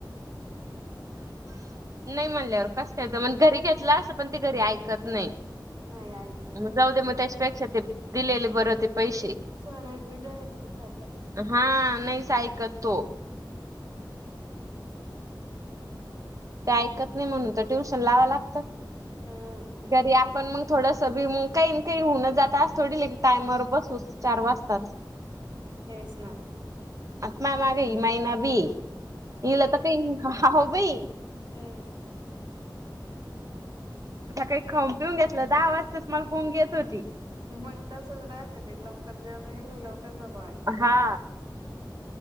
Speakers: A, on the right; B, on the right.
A: नाही म्हणल्यावर कसयचं जमन घरी घेतला असंत पण ते घरी ऐकत नाही.
B: नाही ऐकत नाही
A: जाऊ
B: पोरं
A: दे मग त्याच्यापेक्षा ते दिलेले बरं ते पैसे
B: स्वराज बी नाय ऐकत आता
A: हा नाहीच ऐकत तो ते ऐकत नाय म्हणून तर ट्युशन लावा लागतं.
B: हम्म
A: घरी आपण मग थोडंसं बी मग काय काय होऊनं जात अस थोडी लगी टाईमवर बसू चार वाजतात.
B: तेच ना
A: आत माय माग ही मैना बी ये ईला त काय हाव बई
B: हम्म
A: सकाळी खावूनपिऊन घेतलं दहा वाजताच माझं फोन घेत होती.
B: मंग तसच राहत ते लवकर जेवण केली लवकर झोपा वाटत
A: हा.